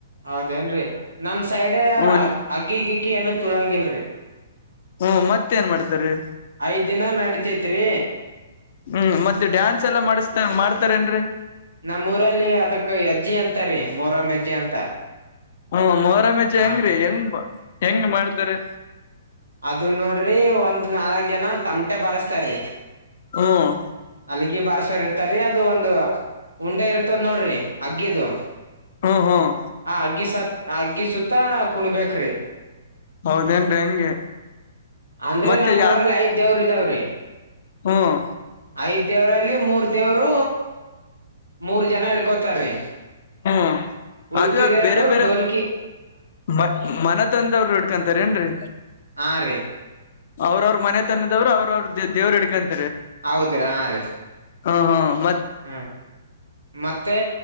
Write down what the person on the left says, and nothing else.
ಹ್ಮ
ಹ್ಮ ಮತ್ತ ಏನ್ ಮಾಡ್ತಾರೆ
ಹ್ಮ್ ಮತ್ತೆ ಡ್ಯಾನ್ಸ್ ಎಲ್ಲಾ ಮಾಡಿಸತ ಮಾಡ್ತಾರ ಏನ್ರರಿ
ಹ್ಮ ಮೊರಾಮಜೆ
ಹೆಂಗ್ರೀ ಹೆಂಗ್ ಹೆಂಗ ಮಾಡ್ತೀರಿ.
ಹ್ಮ್
ಹ್ಮ್ ಹ್ಮ್
ಹೌದೇನ್ರಿ ಹೆಂಗೆ
ಮತ್ತೆ
ಯಾ
ಹಂ.
ಹ್ಮ್
ಅದು ಯಾರ್ ಬೇರೆ ಬೇರೆ
ಮ ಮನ ತಂದ ಅವರು ಹಿಡ್ಕೊಂತಾರ ಏನ್ರಿ.
ಅವ್ರವ್ರ ಮನೆ ತನದವ್ರು ಅವ್ರವ್ರ ದೇವ್ರ ಹಿಡ್ಕಂತ
ಹಂ ಹಂ